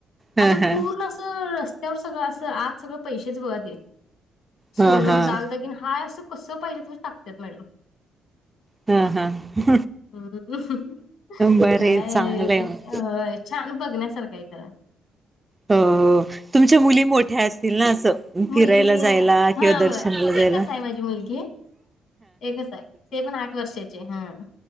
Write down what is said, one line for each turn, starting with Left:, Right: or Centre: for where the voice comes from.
Right: हा
Left: असं
Right: हा
Left: पूर्ण अस रस्त्यावर सगळं अस आज सगळं पैसेच बघा ते
Right: हा
Left: सोनं
Right: हा
Left: दागदाागिन हाय असं कस पाहिजे तस टाकतात मॅडम
Right: हा हा
Left: हम्
Right: बरे
Left: काय
Right: चांगलंय
Left: होय
Right: मग
Left: छान बघण्यासारखं आहे खर
Right: हो हो तुमच्या मुली मोठ्या असतील ना?
Left: मुली
Right: फिरायला जायला
Left: हा
Right: किंवा
Left: होय
Right: दर्शनाला जायला.
Left: एकच आहे माझी मुलगी एकच आहे ते पण आठ वर्षाची हम